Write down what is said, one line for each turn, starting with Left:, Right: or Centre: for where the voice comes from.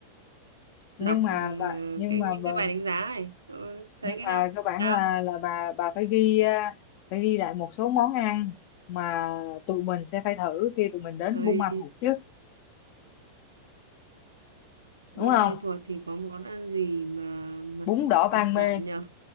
Left: nhưng
Right: đọc
Left: mà
Right: ừ,
Left: bà nhưng
Right: cái
Left: mà
Right: những
Left: bà
Right: cái bài đánh giá này Tôi thấy
Left: nhưng
Right: cái
Left: mà
Right: nào
Left: cơ bản
Right: nào
Left: là là bà bà phải ghi à, phải ghi lại một số món ăn mà tụi mình sẽ phải thử khi tụi mình đến
Right: ơi
Left: Buôn Ma Thuột chứ đúng
Right: Buôn
Left: không
Right: Mê Thuột thì có món ăn gì mà mà
Left: bún đỏ Ban
Right: đặc sản
Left: Mê
Right: nhờ